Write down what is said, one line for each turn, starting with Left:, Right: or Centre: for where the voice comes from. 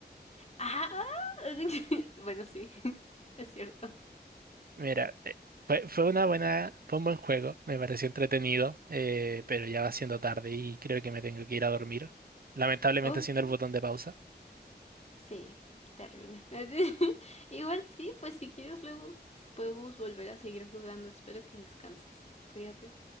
Left: Ah, ah, <laughs> Bueno, sí, <laughs> es cierto.
Right: Mira, eh, fue, fue una buena, fue un buen juego, me pareció entretenido, eh, pero ya va siendo tarde y creo que me tengo que ir a dormir. Lamentablemente
Left: Ok.
Right: haciendo el botón de pausa.
Left: Sí, terrible. <laughs> Igual sí, pues si quieres luego podemos volver a seguir jugando. Espero que descanses. Cuídate.